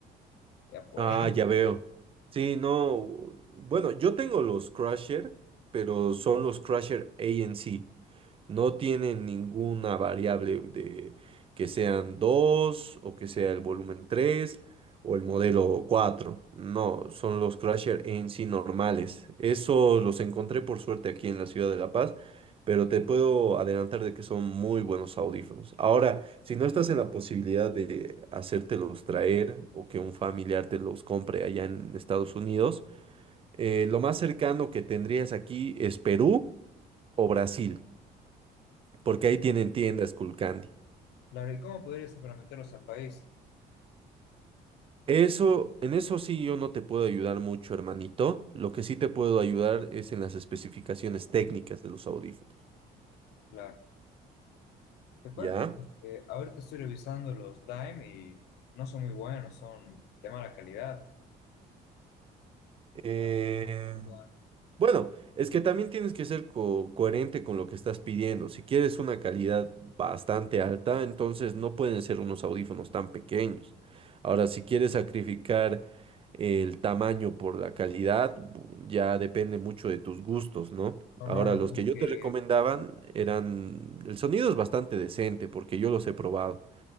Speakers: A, on the left; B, on the right.
A: ya pues.
B: Ah, ya veo. Sí, no. Bueno, yo tengo los Crusher, pero son los Crusher A N C. No tienen ninguna variable de que sean 2 o que sea el volumen 3 o el modelo 4. No, son los Crusher A N C normales. Eso los encontré por suerte aquí en la ciudad de La Paz pero te puedo adelantar de que son muy buenos audífonos. Ahora, si no estás en la posibilidad de hacértelos traer o que un familiar te los compre allá en Estados Unidos, eh, lo más cercano que tendrías aquí es Perú o Brasil, porque
A: <laughs>
B: ahí tienen tiendas Kulcandi.
A: Claro, ¿y cómo podrías hacer para meterlos al país?
B: Eso, en eso sí yo no te puedo ayudar mucho, hermanito. Lo que sí te puedo ayudar es en las especificaciones técnicas de los audífonos,
A: Claro, te cuento
B: ¿ya?
A: que eh, ahorita estoy revisando los Dime y no son muy buenos, son de mala calidad.
B: Eh,
A: Ah, ajá.
B: Bueno, es que también tienes que ser co- coherente con lo que estás pidiendo. Si quieres una calidad bastante alta, entonces no pueden ser unos audífonos tan pequeños. Ahora, si quieres sacrificar el tamaño por la calidad, bu- ya depende mucho de tus gustos, ¿no?
A: no,
B: Ahora,
A: no,
B: los
A: no, solo
B: que yo
A: que...
B: te recomendaban eran, el sonido es bastante decente porque yo los he probado.